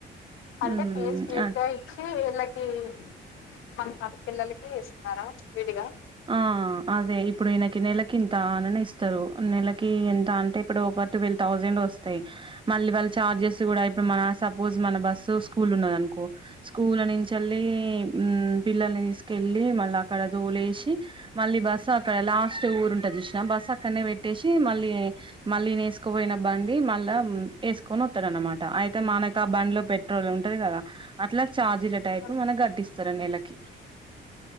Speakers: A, on the left; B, on the right.
A: అంటే
B: ఉమ్
A: ఫేజ్ ఫేజ్
B: అ
A: గా ఇచ్చి వీళ్ళ ఉ ఈ మన పిల్లలకి ఇస్తున్నారా విడిగా
B: ఆ అదే ఇప్పుడు ఈయనకి నెలకి ఇంత అని ఇస్తారు నెలకి ఎంత అంటే ఇప్పుడు ఒక ట్వెల్వ్ థౌజండ్ వస్తాయి. మళ్ళీ వాళ్ళ చార్జెస్ కూడా ఇప్పుడు మన సపోజ్ మన బస్సు, స్కూల్ ఉన్నదనుకో స్కూలనుంచల్ని పిల్లల్ని తీసుకెళ్ళి మళ్ళ అక్కడ దోలేసి మళ్ళీ బస్సు అక్కడ లాస్ట్ ఊరు ఉంటది చూసినవా బస్ అక్కడనే పెట్టేసి మళ్ళీ మళ్ళీ ఇయన వేసుకుపోయిన బండి మళ్ళా వేసుకొని వస్తాడున్నమాట అయితే మనకు ఆ బండిలో పెట్ట పెట్రోల్ ఉంటది కదా అట్లా ఛార్జీల టైప్
A: ఆ
B: మనకి గట్టిస్తారు నెలకి